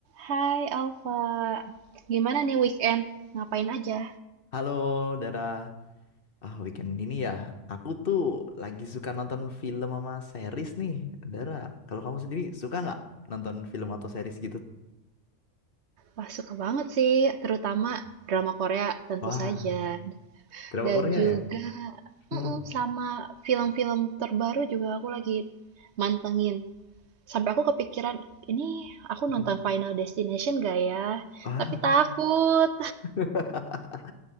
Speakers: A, on the right; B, on the left.
A: Hai Alfa, gimana nih weekend? Ngapain aja?
B: Halo, Dara. Ah, weekend ini ya, aku tuh lagi suka nonton film sama series nih, Dara. Kalau kamu sendiri suka nggak nonton film atau series gitu?
A: Wah, suka banget sih, terutama drama Korea tentu
B: Wah,
A: saja.
B: drama
A: Dan
B: Korea
A: juga
B: ya? Hmm.
A: mm-mm, sama film-film terbaru juga aku lagi mantengin. Sampai aku kepikiran, ini aku nonton
B: nonton.
A: Final Destination gak ya?
B: Ah,
A: Tapi takut,
B: <laughs>